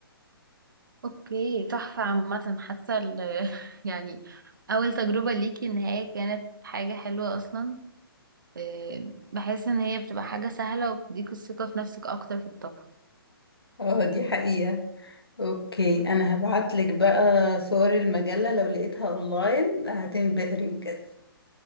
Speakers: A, on the right (about 55°); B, on the left (about 75°).
A: اوكي تحفة عامة حاسة ال- <laughs> يعني اول تجربة ليكي ان هي كانت حاجة حلوة اصلا آه، بحس ان هي بتبقى حاجة سهلة وبتديك الثقة في نفسك اكتر في الطبخ
B: اه دي حقيقة اوكي أنا هبعتلك بقى صور المجلة لو لقيتها اونلاين هتنبهري بجد